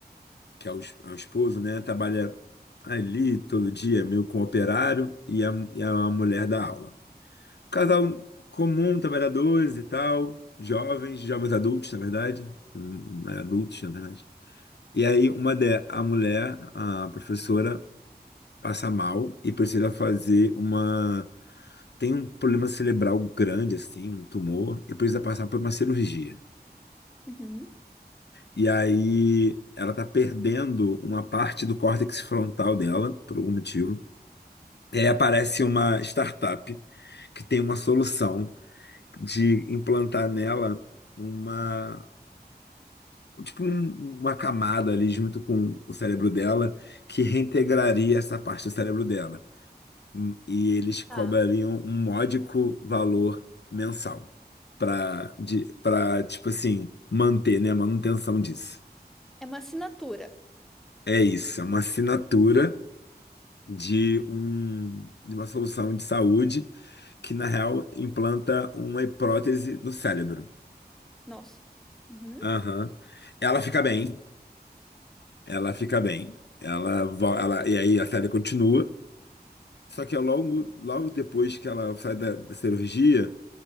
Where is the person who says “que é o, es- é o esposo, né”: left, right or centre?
Left